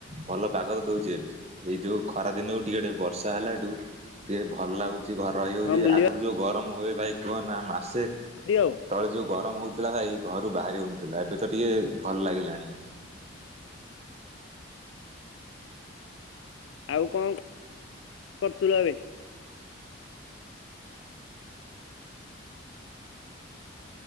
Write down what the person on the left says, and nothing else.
ହଁ ବୁଲିବା
ଦି ଆଉ।
ଆଉ କଣ କରୁଥିଲୁ ଏବେ?